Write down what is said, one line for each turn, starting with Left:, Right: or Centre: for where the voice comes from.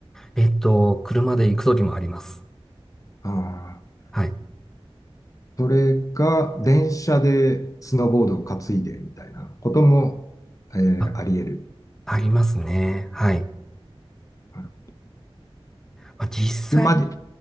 Centre: えっと、車で行くときもあります。
Left: ああ
Centre: はい。
Left: ー、それが電車でスノーボードを担いでみたいなことも、えーあり得る。
Centre: あ、ありますね。はい。
Left: あの
Centre: まあ、実際、
Left: 車で、